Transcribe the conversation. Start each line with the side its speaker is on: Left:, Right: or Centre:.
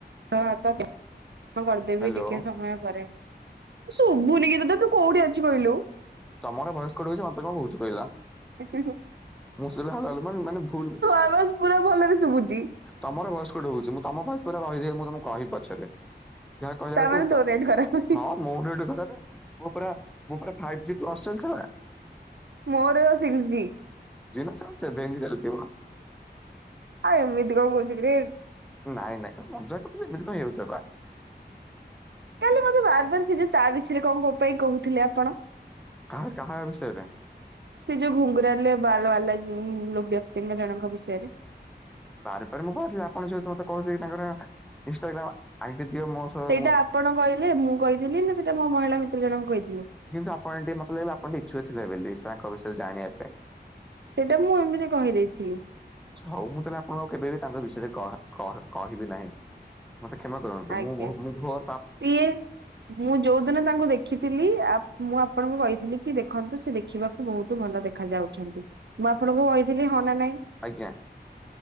Right: ହଁ ଗ୍ରହଣ କରି ଦେବୀ
Centre: ହ୍ୟାଲୋ
Right: ଟିକେ ସମୟ ପରେ ଏ ସବୁ ନି କିଛି । ହେ ତୁ କୋଉଠି ଅଛି କହିଲୁ ।
Centre: ତମର ଭଏସ କଟ ହଉଛି ମତେ କଣ କହୁଛୁ କହିଲା ।
Right: ଓ ହ ହୋ
Centre: ମୁଁ ସେ ହାଲ ହାଲ ମାନେ ମାନେ ଭୁଲ
Right: ଆବାଜ ପୁରା ଭଲରେ ଶୁଭୁଛି।
Centre: ତମର ଭୟସ କଟ ହଉଛି ମୁ । ତମ ଭଏସ ପୁରା ରହି ରହି ମୁଁ ତମକୁ କହିବି ପଛରେ । ଯାହା କହିଲା
Right: ତାମାନେ
Centre: ବେଳକୁ କହୁଛ
Right: ତୋ ନେଟ୍ ଖରାପ
Centre: ହଁ ମୋ ନେଟ ଖରାପ ମୁଁ ପୁରା ମୁଁ ପୁରା । ତ୍ରସେଲ ଚଡା ।
Right: ମୋର ସିକ୍ସ ଜି ।
Centre: ତମ ସେଭେନ ଜି ଚାଲିଚି ମ ।
Right: ଆଉ ଏମିତି କଣ କହୁଚୁ କିରେ।
Centre: ନାଇଁ ନାଇଁ ମଜା କଥା କରୁଥିଲି ଏମିତି କ ହେଇ ଯାଉଛ ବା ।
Right: କାଲି ମତେ ବାରବାର ସେ ଯୋଉ ତା ବିଷୟରେ କଣ ପାଇଁ କହୁଥିଲେ ଆପଣ ।
Centre: କାହା କାହା ବିଷୟରେ ।
Right: ସେ ଯୋଉ ଘୁଙ୍ଗୁରା ଲେ ବାଲ ବାଲା ଯୋଉ ବ୍ୟକ୍ତିଙ୍କ ଜଣଙ୍କ ବିଷୟରେ ।
Centre: ବାର ବାର ମୁଁ କହୁଥିଲି ଆପଣ ଯେହେତୁ ମତେ କହୁଥିଲେ କି ତାଙ୍କର ଇନଷ୍ଟାଗ୍ରାମ ଆଇଡି। ଦିଅ ମୋ ସହ
Right: ସେଇଟା
Centre: ମୁଁ
Right: ଆପଣ କହିଲେ ମୁଁ କହିଥିଲି ନା ସେଇଟା ମୋ ମହିଳା ମିତ୍ର ଜଣଙ୍କୁ କହିଥି
Centre: କିନ୍ତୁ ଆପଣ ଟିକେ ମତେ ଲାଗିଲ ଆପଣ ଟିକେ ଇଚ୍ଛୁକ ଥିଲେ ବେଲି ତାଙ୍କ ବିଷୟରେ ଜାଣିବା ପାଇଁ।
Right: ସେଇଟା ମୁଁ ଏମିତି କହିଦେଇଥିଲି।
Centre: ହଉ ମୁଁ ତାହେଲେ ଆପଣଙ୍କୁ କେବେବି ତାଙ୍କ ବିଷୟରେ କହ କହ କହିବି ନାହିଁ। ରହନ୍ତୁ
Right: ଆଜ୍ଞା
Centre: ମୁ ବହୁ ମୁ ଘୁଅ ।
Right: ସିଏ ମୁଁ ଯୋଉ ଦିନ ତାଙ୍କୁ ଦେଖିଥିଲି ଆ ମୁଁ ଆପଣଙ୍କୁ କହିଥିଲି। ଦେଖନ୍ତୁ ସେ ଦେଖିବାକୁ ବହୁତ ଭଲ ଦେଖା ଯାଉଛନ୍ତି ମୁଁ ଆପଣଙ୍କୁ କହିଥିଲି ହଁ ନା ନାଇଁ ।
Centre: ଆଜ୍ଞା ।